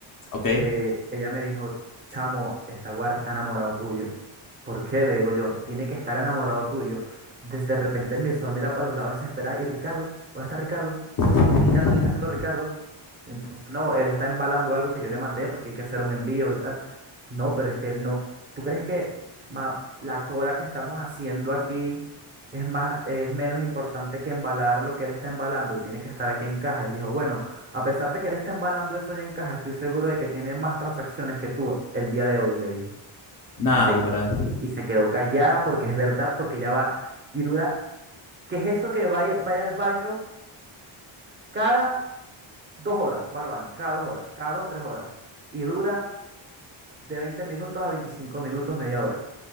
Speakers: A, on the left; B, on the right.
A: ok.
B: eh, ella me dijo, chamo, esta guara está enamorado tuyo. ¿Por qué? Le digo yo, tiene que estar enamorado tuyo. Desde de repente empezó a mirar para los lados desesperada. ¿Y Ricardo? ¿Dónde está Ricardo?
A: <laughs>
B: ¿Y Ricardo? ¿Qué está haciendo Ricardo? Entonces, no, él está embalando algo que yo le mandé porque hay que hacer un envío y tal. No, pero es que él no. ¿Tú crees que ma, la cola que estamos haciendo aquí es más, es menos importante que embalar lo que él está embalando? Él tiene que estar aquí en caja. Él dijo, bueno. A pesar de que él está embalando eso allá en caja, estoy seguro de que tiene más transacciones que tú el día de hoy, le dijo.
A: Nah,
B: Y se,
A: güera.
B: qui- y se quedó callada porque es verdad, porque ya va y dura. ¿Qué es eso que vaya, vaya al baño cada dos horas? Va al baño, cada dos horas, cada dos, tres horas. Y dura de 20 minutos a 25 minutos, media hora.